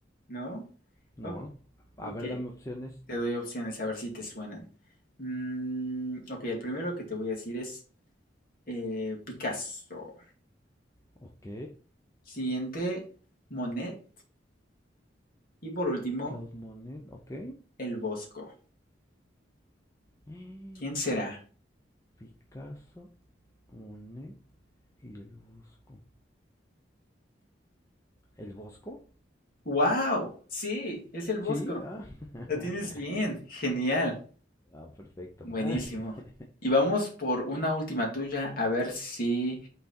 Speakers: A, on the left; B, on the left.
A: ¿No?
B: no.
A: O-
B: A
A: ok,
B: ver, dame opciones.
A: te doy opciones a ver si te suenan. Mm, ok, el primero que te voy a decir es eh, Picasso.
B: Ok,
A: Siguiente, Monet. Y por último,
B: Claude Monet, ok.
A: El Bosco.
B: <gasps>
A: ¿Quién será?
B: Picasso, Monet y el Bosco. ¿El Bosco?
A: ¡Wow! Sí, es el Bosco.
B: Sí, ah. <laughs>
A: La tienes bien. Genial.
B: Ah, perfecto.
A: Buenísimo.
B: <laughs>
A: Y vamos por una última tuya a ver si